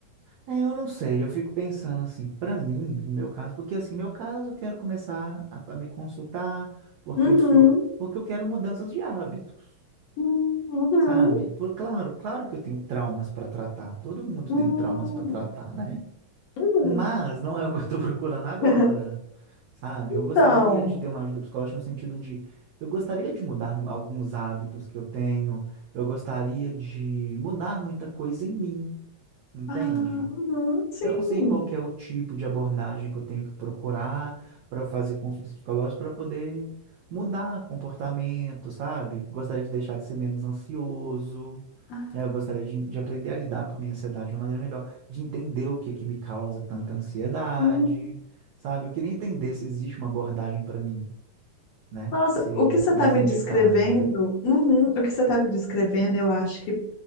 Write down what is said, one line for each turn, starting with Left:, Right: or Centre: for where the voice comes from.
Right: É, eu não sei, eu fico pensando assim, para mim, o meu caso, porque assim, meu caso, eu quero começar a, a me consultar, porque
Left: Uhum,
Right: eu sou. Porque eu quero mudanças de hábitos,
Left: uhum,
Right: sabe? Por claro, claro que eu tenho traumas para tratar. Todo mundo
Left: uhum,
Right: tem traumas para tratar, né?
Left: uhum.
Right: Mas não é o que eu estou procurando agora,
Left: <laughs>
Right: sabe? Eu gostaria
Left: Então,
Right: de ter uma ajuda psicológica no sentido de eu gostaria de mudar alguns hábitos que eu tenho, eu gostaria de mudar muita coisa em mim, entende?
Left: Ah, uhum, sim.
Right: Eu não sei qual que é o tipo de abordagem que eu tenho que procurar para eu fazer consultas psicológicas para poder mudar comportamento, sabe? Gostaria de deixar de ser menos ansioso
Left: Ah,
Right: né? Eu gostaria de, de aprender a lidar com a minha ansiedade de uma maneira melhor, de entender o que que me causa tanta ansiedade,
Left: hum.
Right: sabe? Eu queria entender se existe uma abordagem para mim, né?
Left: Nossa,
Right: Se
Left: o que você
Right: mais
Left: está me
Right: indicada.
Left: descrevendo, uhum, o que você está me descrevendo, eu acho que